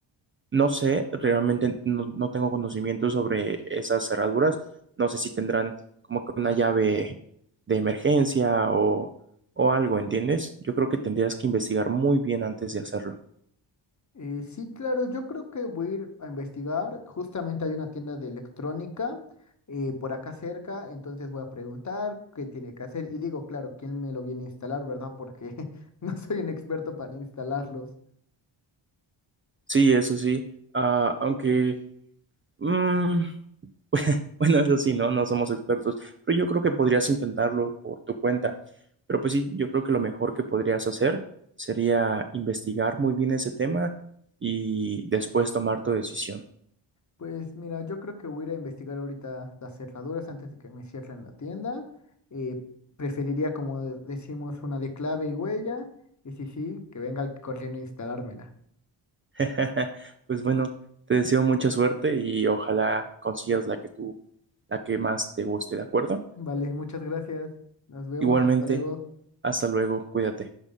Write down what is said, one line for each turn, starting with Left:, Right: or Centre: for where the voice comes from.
Right: no sé, realmente no, no tengo conocimiento sobre esas cerraduras. No sé si tendrán como que una llave de emergencia o, o algo, ¿entiendes? Yo creo que tendrías que investigar muy bien antes de hacerlo.
Left: Eh, sí, claro, yo creo que voy a ir a investigar. Justamente hay una tienda de electrónica eh, por acá cerca, entonces voy a preguntar qué tiene que hacer. Y digo, claro, quién me lo viene a instalar, ¿verdad? Porque <laughs> no soy un experto para instalarlos.
Right: Sí, eso sí. Ah, aunque... mm, <laughs> Bueno, eso sí, no, no somos expertos, pero yo creo que podrías intentarlo por tu cuenta. Pero pues sí, yo creo que lo mejor que podrías hacer sería investigar muy bien ese tema y después tomar tu decisión.
Left: Pues mira, yo creo que voy a ir a investigar ahorita las cerraduras antes de que me cierren la tienda. Eh, preferiría, como de- decimos, una de clave y huella. Y sí, sí, que venga corriendo a instalármela.
Right: <laughs> Pues bueno, te deseo mucha suerte y ojalá consigas la que tú, la que más te guste, ¿de acuerdo?
Left: Vale, muchas gracias. Nos vemos,
Right: Igualmente,
Left: hasta luego.
Right: hasta luego, cuídate.